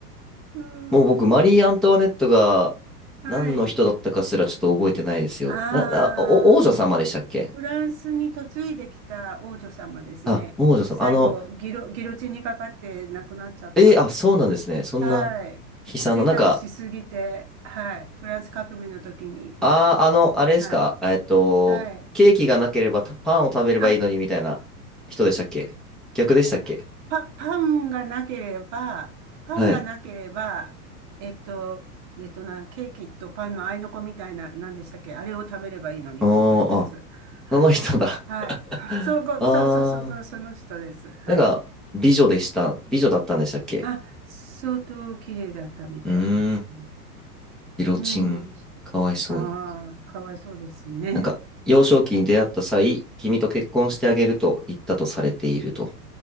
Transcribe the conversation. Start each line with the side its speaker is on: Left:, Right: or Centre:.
Right: うーん、
Centre: もう僕、マリー・アントワネットが
Right: はい。
Centre: 何の人だったかすらちょっと覚えてないですよ。
Right: ああ。
Centre: な、な、お、王女様でしたっけ
Right: フランスに嫁いできた王女様ですね。
Centre: あ、王女様。
Right: 最後、
Centre: あの、
Right: ギロ、ギロチンにかかって亡くなっちゃった。
Centre: えーあ、そうなんですね。そんな悲惨な、
Right: はい。贅沢しすぎて、
Centre: なんか、
Right: はい。フランス革命の時に。
Centre: あああの、あれですかえっと、
Right: はい。はい。
Centre: ケーキがなければたパンを食べればいいのにみたいな人でしたっけ逆でしたっけ
Right: あ、じゃあ、パ、パンがなければ、パンがなければ、
Centre: はい。
Right: えっと、えっとな、ケーキとパンの合いの子みたいな、何でしたっけあれを食べればいいのにって言った人です。
Centre: おー、あ、
Right: はい。
Centre: その人だ
Right: はい。
Centre: <laughs>
Right: そう、ごそうそうそう、
Centre: あ
Right: そのその人です。はい。
Centre: ー、なんか、美女でした。美女だったんでしたっけ
Right: あ、相当綺麗だったみたいです。
Centre: うーん、ギロチン、
Right: うん。
Centre: かわいそうに。
Right: ああ、かわいそうですね。
Centre: なんか、幼少期に出会った際、君と結婚してあげると言ったとされていると